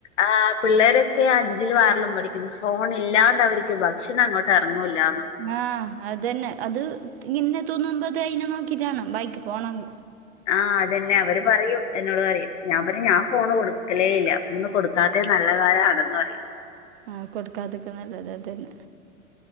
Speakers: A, on the left; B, on the right.
A: ആഹ് പിള്ളേരെ ഒക്കെ അഞ്ചിലും ആറിലും പഠിക്കുന്നു ഫോൺ ഇല്ലാണ്ട് അവർക്ക് ഭക്ഷണം അങ്ങോട്ട് ഇറങ്ങൂില്ലന്ന്
B: ആഹ് അതെന്നെ അത് ഇങ്ങനെ തുന്നുമ്പത്തെ അയിന് നോക്കിട്ടാണ് വഴിക്ക് പോണത്.
A: ആഹ് അതന്നെ അവര് പറയും എന്നോട് പറയും ഞാൻ പറയും ഞാൻ ഫോണ് കൊടുക്കലേ ഇല്ല ഇന്ന് കൊടുക്കാത്തേ നല്ല കാലാണന്ന് പറയും
B: ആഹ് കൊടുക്കാത്തൊക്കെ നല്ലത് അതന്നെ